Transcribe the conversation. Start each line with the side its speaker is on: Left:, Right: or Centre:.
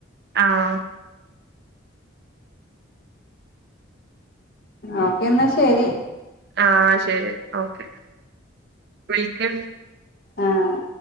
Right: ആഹ്
Left: ഓക്കെ എന്ന ശരി
Right: ആഹ് ശെരി ഓക്കെ വിളിക്ക
Left: ആഹ്